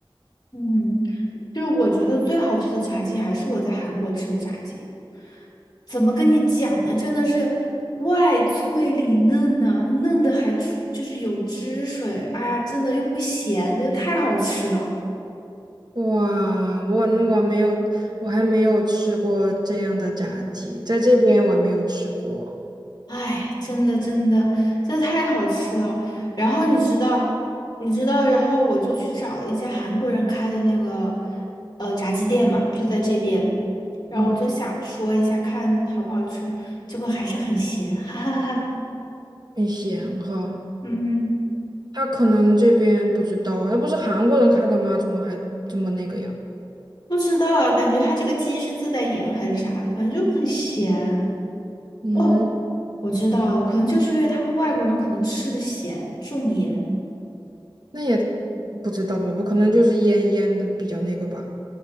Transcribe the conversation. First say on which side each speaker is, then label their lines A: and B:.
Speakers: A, on the left; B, on the right.
A: 嗯。就是我觉得最好吃的炸鸡还是我在韩国吃的炸鸡，怎么跟你讲呢？真的是外脆里嫩呐、嫩的还出就是有汁水，哎呀，真的又不咸，这太好吃了，
B: 哇，我那我没有，我还没有吃过这样的炸鸡，在这边我还没有吃过，
A: 哎，真的真的真的太好吃了。然后你知道，你知道，然后我就去找了一家韩国人开的那个呃炸鸡店嘛，就在这边，然后我就想说一下看好不好吃，
B: 嗯，
A: 结果还是很咸，哈哈，
B: 很咸哈。
A: 嗯。
B: 他可能这边不知道，那不是韩国人开的吗？怎么还这么那个呀？
A: 不知道啊，感觉它这个鸡是自带盐还是啥的，反正就很咸。
B: 嗯，
A: 哦，我知道了，可能就是因为他们外国人可能吃的咸，重盐。
B: 那也不知道吧，我可能就是腌腌的比较那个吧。